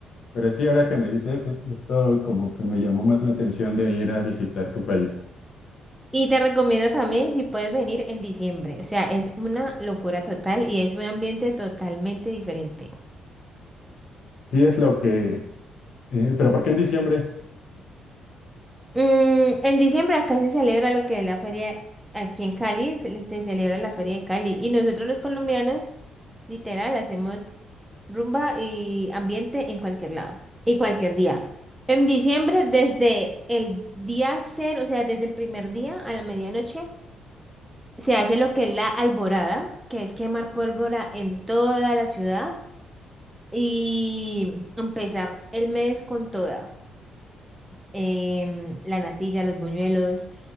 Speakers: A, on the left (about 65°); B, in the centre.
A: pero sí, ahora que me dices, es- esto como que me llamó más la atención de ir a visitar tu país.
B: Y te recomiendo también si puedes venir en diciembre. O sea, es una locura total y es un ambiente totalmente diferente.
A: Sí, es lo que... eh, pero ¿por qué en diciembre?
B: Mm, en diciembre acá se celebra lo que es la feria, aquí en Cali, se, se celebra la feria de Cali. Y nosotros los colombianos, literal, hacemos rumba y ambiente en cualquier lado y cualquier día. En diciembre, desde el día cero, o sea, desde el primer día a la medianoche, se hace lo que es la alborada, que es quemar pólvora en toda la ciudad. Y empezar el mes con toda. em, la natilla, los buñuelos,